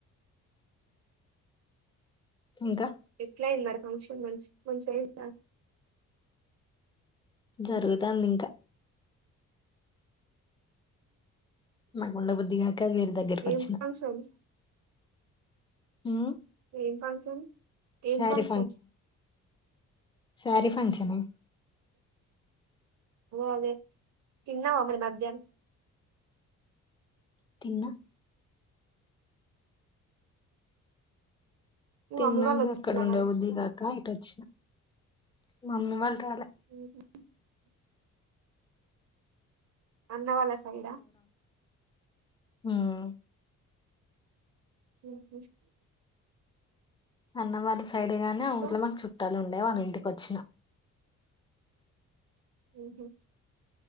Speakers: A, on the left; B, on the right.
A: ఇంకా
B: ఎట్లా అయింది మరి ఫంక్షన్ మంచిగైందా
A: జరుగుతాంది ఇంకా నాకు
B: <inaudible>
A: ఉండబుద్ధిగాక వీరి దగ్గరకి
B: ఏం
A: వచ్చిన
B: ఫంక్షన్
A: ఉమ్,
B: ఏం ఫంక్షన్ ఏం
A: శారీ
B: ఫంక్షన్
A: సారీ ఫంక్షనా
B: ఓ అదే తిన్నావా మరి మధ్యానం
A: తిన్న
B: మీ
A: తిన్నాక
B: మమ్మీ వాళ్ళు వచ్చిలా
A: అక్కడ ఉండ
B: మరి
A: బుద్దిగాకా ఇటొ చిన మమ్మీ వాళ్ళు రాల
B: <inaudible> అన్న వాల సైడా
A: హ్మ్
B: <inaudible>
A: అన్న వాళ్ళ సైడూ గానే
B: ఇంకా
A: ఆ ఊర్లో మాకు చుట్టాలు మాకు చుట్టాల ఉండే వాళ్ళ ఇంటికి వచ్చిన
B: ఉహు